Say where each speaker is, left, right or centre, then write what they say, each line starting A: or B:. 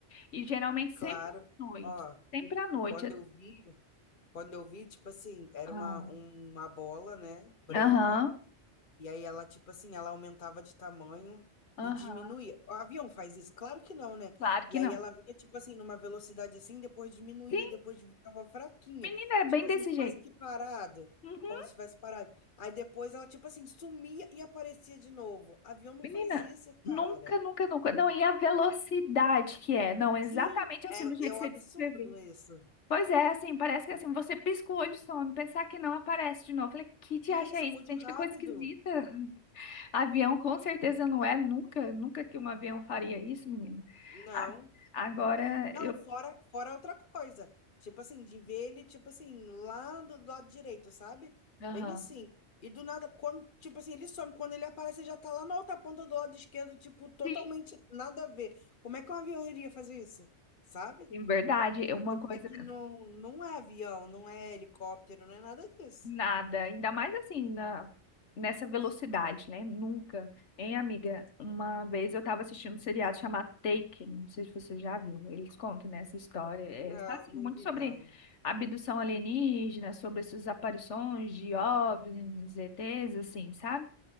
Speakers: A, on the left; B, on the left.
A: E geralmente sempre
B: Claro,
A: à noite.
B: ó,
A: Sempre à noite.
B: quando eu vi, quando eu vi, tipo assim, era
A: Ah.
B: uma, uma bola, né, branca,
A: Aham,
B: e aí ela, tipo assim, ela aumentava de tamanho
A: aham,
B: e diminuía. O avião faz isso? Claro que não, né?
A: claro
B: E
A: que
B: aí
A: não.
B: ela vinha, tipo assim, numa velocidade assim, depois diminuía,
A: sim
B: depois ficava fraquinha,
A: Menina, é bem
B: tipo
A: desse
B: assim, quase
A: jeito.
B: que parada,
A: Uhum.
B: como se tivesse parado. Aí depois ela, tipo assim, sumia e aparecia de novo. Avião não
A: Menina,
B: faz isso, cara.
A: nunca, nunca, nunca. Não, e a velocidade que é. Não, exatamente
B: Sim,
A: assim,
B: é,
A: do jeito
B: é
A: que
B: um
A: você
B: absurdo
A: descreveu.
B: isso.
A: Pois é, assim, parece que assim, você pisca o olho e some, pensar que não aparece de novo. Eu Falei, que te
B: Isso,
A: acha isso?
B: muito
A: Gente,
B: rápido.
A: que coisa esquisita. <laughs> Avião com certeza não é, nunca, nunca que um avião faria isso, menina.
B: Não,
A: A- Agora
B: não,
A: eu.
B: fora, fora outra coisa. Tipo assim, de ver ele, tipo assim, lá do, do lado direito, sabe?
A: Aham.
B: Bem assim. E do nada, quando, tipo assim, ele some, quando ele aparece, ele já tá lá na outra ponta do lado esquerdo, tipo, totalmente
A: Sim,
B: nada a ver. Como é que um avião iria fazer isso? Sabe?
A: sim, verdade. Uma coisa.
B: É que não, não é avião, não é helicóptero, não é nada disso.
A: Nada, ainda mais assim, na, nessa velocidade, né? Nunca. Hein, amiga? Uma vez eu tava assistindo um seriado chamado Taken, não sei se você já viu. Eles contam, né, essa história. É,
B: Não,
A: tá, assim,
B: não
A: muito
B: vi,
A: sobre
B: não.
A: abdução alienígena, sobre essas aparições de OVNIs, ETs, assim, sabe?